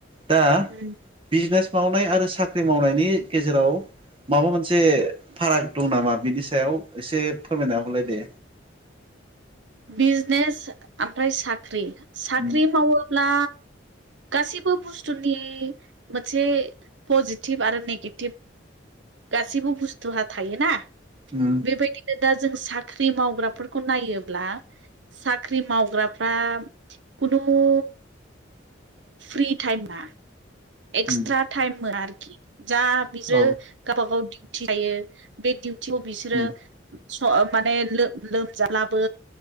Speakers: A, on the right; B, on the right.
A: दा
B: उम
A: बिजनेस मावनाय आरो साख्रि मावनायनि गेजेराव माबा मोनसे फाराग दं नामा बिनि सायाव एसे फोरमायना हरलाय दे।
B: बिजनेस ओमफ्राय साख्रि साख्रि
A: उम
B: मावोब्ला गासैबो बुस्थुनि मोनसे पजिटिभ आरो नेगेटिभ गासैबो बुस्थुआ थायोना
A: उम
B: बेबायदिनो दा जों साख्रि मावग्राफोरखौ नायोब्ला साख्रि मावग्राफ्रा खुनुमु फ्रि टाइमा एक्सट्रा
A: उम
B: टाइम मोना आरोखि जा बिसोरो
A: औ
B: गावबा गाव दिउटि थायो बे डिउटियाव बिसोरो
A: उम
B: स माने लोमजालाबो